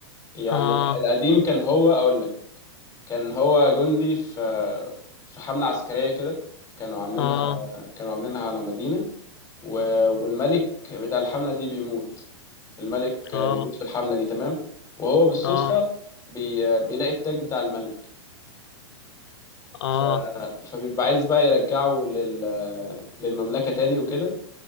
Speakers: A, on the left (about 20°); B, on the left (about 70°).
A: يعني
B: اه
A: ال- القديم كان هو اقول لك كان هو جندي في في حمله عسكريه كده كانوا عاملينها
B: اه
A: كانوا عاملينها على مدينه و- والملك بتاع الحمله دي بيموت الملك آه،
B: اه
A: بيموت في الحمله دي تمام وهو بالصدفه
B: اه
A: بي... بيلاقي التاج بتاع الملك
B: اه
A: ف... فبيبقى عايز بقى يرجعه لل... للمملكة تاني وكده